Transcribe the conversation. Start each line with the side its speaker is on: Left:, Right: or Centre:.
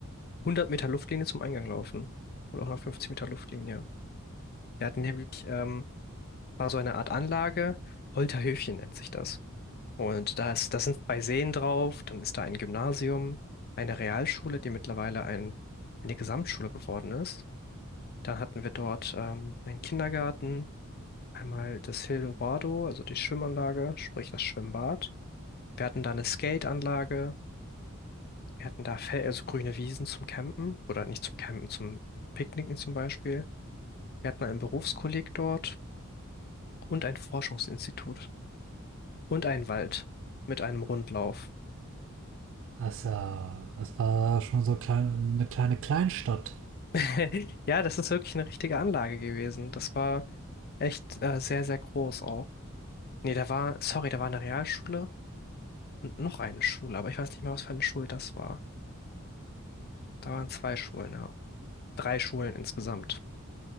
Left: 100 Meter Luftlinie zum Eingang laufen. Oder 150 Meter Luftlinie. Wir hatten nämlich, ähm, war so eine Art Anlage, Holterhöfchen nennt sich das. Und da ist, da sind zwei Seen drauf, dann ist da ein Gymnasium, eine Realschule, die mittlerweile ein, eine Gesamtschule geworden ist. Dann hatten wir dort ähm, einen Kindergarten, einmal das Hildorado, also die Schwimmanlage, sprich das Schwimmbad. Wir hatten da eine Skateanlage, wir hatten da Fel also grüne Wiesen zum Campen oder nicht zum Campen, zum Picknicken zum Beispiel. Wir hatten einen Berufskolleg dort und ein Forschungsinstitut und einen Wald mit einem Rundlauf.
Right: Also, es war schon so klein, eine kleine Kleinstadt.
Left: <laughs> Ja, das ist wirklich eine richtige Anlage gewesen. Das war echt äh, sehr, sehr groß auch. Nee, da war, sorry, da war eine Realschule und noch eine Schule, aber ich weiß nicht mehr, was für eine Schule das war. Da waren zwei Schulen, ja. Drei Schulen insgesamt.